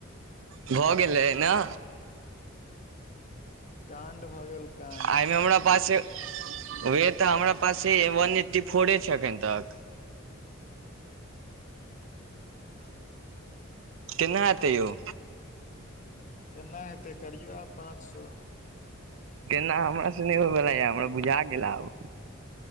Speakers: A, on the right; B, on the left.
A: भऽ गेलै नऽ
B: काण्ड भऽ गेल काण्ड
A: एहिमे हमरा पास वह तऽ हमरा पास वन एट्टी फोरे छै एखन तक केना हेतै यौ
B: केना हेतै करियो आब पाँच सए
A: केना हमरा सऽ नहि होइवला या हमरा बुझा गेल आब